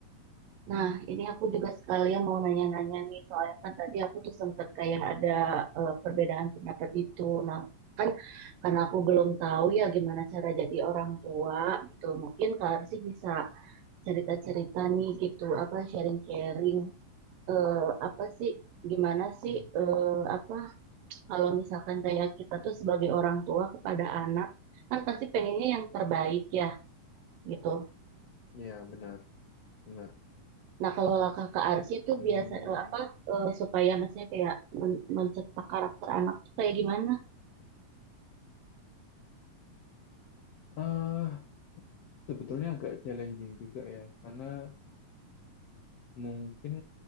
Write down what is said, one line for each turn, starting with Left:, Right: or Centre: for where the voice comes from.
Right: Nah, ini aku juga sekalian mau nanya-nanya nih, soalnya kan tadi aku tuh sempet kayak ada eh, perbedaan pendapat itu. Nah, kan karena aku belum tahu ya gimana cara jadi orang tua gitu. Mungkin Kak Arsi bisa cerita-cerita nih gitu, apa sharing-sharing, eh, apa sih, gimana sih,
Left: Hmm.
Right: eh, apa kalau misalkan kayak kita tuh sebagai orang tua kepada anak kan pasti pengennya yang terbaik ya gitu.
Left: Ya benar, benar.
Right: Nah kalau langkah ke Arsy itu
Left: Hmm,
Right: biasa eh, apa eh, supaya maksudnya kayak men- mencetak karakter anak tuh kayak gimana?
Left: ah sebetulnya agak challenging juga ya, karena mungkin